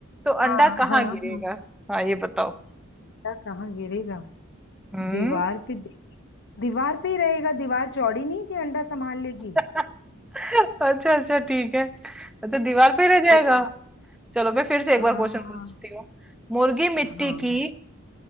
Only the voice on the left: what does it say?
हाँ
हाँ
हाँ।
अंडा कहाँ गिरेगा
दीवार पे दे- दीवार पे ही रहेगा दीवार चौड़ी नहीं है कि अंडा संभाल लेगी
बता
हाँ
हाँ